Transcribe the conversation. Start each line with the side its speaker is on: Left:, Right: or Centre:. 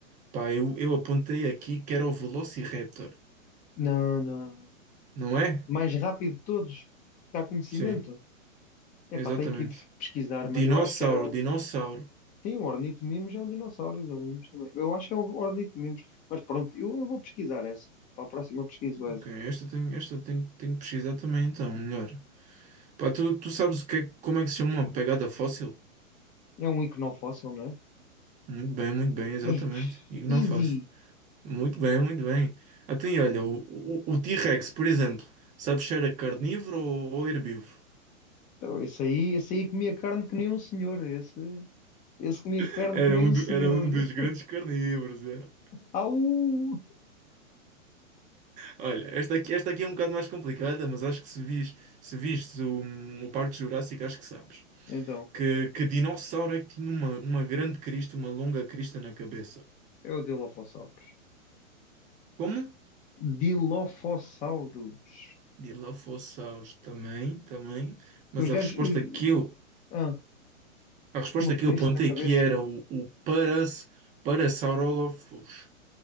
Right: Pá, eu, eu apontei aqui que era o Velociraptor,
Left: Não, não.
Right: não é?
Left: Mais rápido de todos. que Há conhecimento.
Right: Sim,
Left: Epá,
Right: exatamente.
Left: tenho que ir pesquisar,
Right: Dinossauro,
Left: mas eu acho que era.
Right: dinossauro.
Left: Sim, o Ornito Mimos é um dinossauro. O Galimimos também. Eu acho que é o Ornito Mimos. Mas pronto, eu, eu vou pesquisar essa. Para a próxima eu pesquiso
Right: Ok,
Left: essa.
Right: esta eu tenho, esta eu tenho, tenho que pesquisar também, então, melhor. Pá, tu, tu sabes o que é- como é que se chama uma pegada fóssil?
Left: É um fóssil, não é?
Right: Muito bem, muito bem, exatamente.
Left: <laughs>
Right: E não
Left: Easy.
Right: faço. Muito bem, muito bem. Até aí, olha, o, o, o T-Rex, por exemplo, sabes se era carnívoro ou, ou herbívoro?
Left: Então, esse aí, esse aí comia carne que nem um senhor. Esse. Esse comia
Right: <laughs>
Left: carne
Right: Era
Left: que nem
Right: um,
Left: o
Right: do-
Left: senhor.
Right: era um dos
Left: <laughs>
Right: grandes carnívoros. é.
Left: Au!
Right: Olha, esta aqui, esta aqui é um bocado mais complicada, mas acho que se vis, se viste o, o Parque Jurássico, acho que sabes.
Left: Então,
Right: Que, que dinossauro é que tinha uma, uma grande crista, uma longa crista na cabeça?
Left: é o Dilophosaurus.
Right: Como?
Left: Dilophosaurus.
Right: Dilophosaurus também, também. Mas
Left: Que os
Right: a
Left: gajos.
Right: resposta
Left: os-
Right: que eu,
Left: Ah,
Right: a resposta
Left: uma
Right: que
Left: crista
Right: eu apontei
Left: na cabeça.
Right: aqui era o, o Paras, Parasaurolophus.